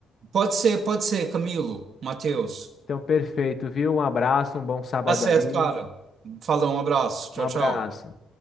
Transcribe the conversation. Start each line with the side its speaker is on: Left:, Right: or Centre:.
Right: Pode ser, pode ser, Camilo, Matheus.
Left: Então, perfeito, viu? Um abraço, um bom sábado
Right: Tá certo,
Left: aí.
Right: cara. Falou, um abraço. Tchau,
Left: Um abraço.
Right: tchau.